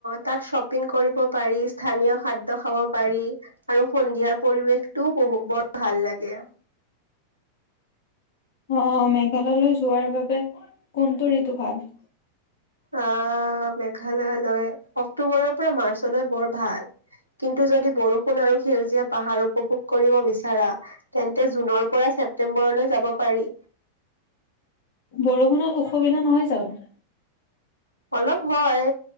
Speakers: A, on the right; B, on the left.
A: তাত শ্বপিং কৰিব পাৰি স্থানীয় খাদ্য খাব পাৰি। আৰু সন্ধিয়াৰ পৰিৱেশটোও বহু বৰ ভাল লাগে।
B: অ মেঘালয়লৈ যোৱাৰ বাবে কোনটো ঋতু ভাল?
A: আহ মেঘালয়লৈ অক্টোবৰৰ পৰা মাৰ্চলৈ বৰ ভাল। কিন্তু যদি বৰষুণ আৰু সেউজীয়া পাহাৰ উপভোগ কৰিব বিচাৰা তেন্তে জুনৰ পৰা, ছেপ্তেম্বৰলৈ যাব পাৰি।
B: বৰষুণত অসুবিধা নহয় জানো?
A: অলপ হয়